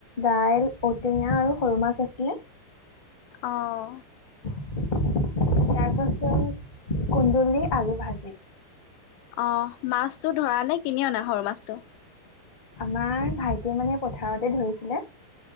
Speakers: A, on the left; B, on the left.
A: দাইল ঔটেঙা আৰু সৰু মাছ আছিলে
B: অহ।
A: তাৰ পাছত কুন্দলি, আলু ভাজি।
B: অহ মাছতটো ধৰা নে কিনি অনা সৰু মাছটো।
A: আমাৰ ভাইটিয়ে মানে পথাৰতে ধৰিছিলে।